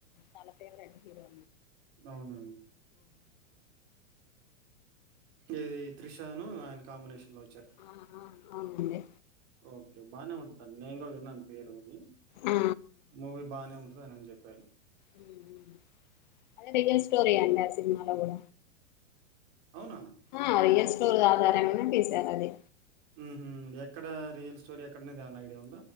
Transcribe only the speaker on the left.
చాలా ఫేవరెట్ హీరో
ఆ ఆ ఆ అదే
ఆ
హ్మ్ అదే రియల్ స్టోరీ అండి ఆ సినిమలో కూడ
ఆ రియల్ స్టోర్ ఆధారంగనే తీసారు అది